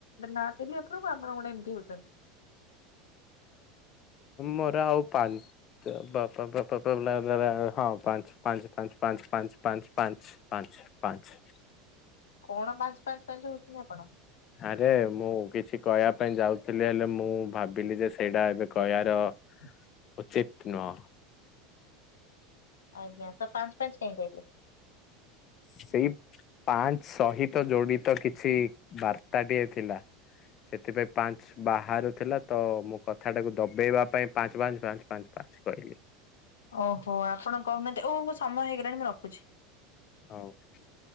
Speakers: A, on the left; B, on the left.
A: ନାଁ ଦେଲି ଆପଣଙ୍କୁ ଆପଣ ଗୋଟ ଏମିତି ହଉଛନ୍ତି।
B: ମୋର ଆଉ ପାଞ୍ଚ ବାପ ପପ ପପବେ ବଲା ଦ୍ୱାରାଉ <inaudible> ହଁ ପାଞ୍ଚ ପାଞ୍ଚ ପାଞ୍ଚ ପାଞ୍ଚ ପାଞ୍ଚ ପାଞ୍ଚ ପାଞ୍ଚ ପାଞ୍ଚ ପାଞ୍ଚ
A: କଣ ପାଞ୍ଚ ପାଞ୍ଚ ପାଞ୍ଚ ହୋଉଛନ୍ତି ଆପଣ?
B: ଆରେ ମୁଁ କିଛି କହିଆ ପାଇଁ ଯାଉଥିଲି, ହେଲେ ମୁଁ ଭାବିଲି ଯେ ସେଇଟା ଏବେ କହିଆର
A: ହୁଁ
B: ଉଚିତ୍ ନୁ
A: <inaudible>
B: ସେହି ପାଞ୍ଚ୍ ସହିତ ଯୋଡ଼ିତ କିଛି ବାର୍ତ୍ତା ଟିଏ ଥିଲା। ସେଥିରେ ପାଞ୍ଚ୍ ବାହାରୁ ଥିଲା ତ ମୁଁ କଥାଟାକୁ ଦବେଇବା ପାଇଁ, ପାଞ୍ଚ୍ ପାଞ୍ଚ୍ ପାଞ୍ଚ୍ କହିଲି।
A: ଓହୋ, ଆପଣ କହୁନାହାନ୍ତି? ଓ ମୋ ସମୟ ହେଇଗଲାଣି ମୁଁ ରଖୁଛି।
B: <inaudible>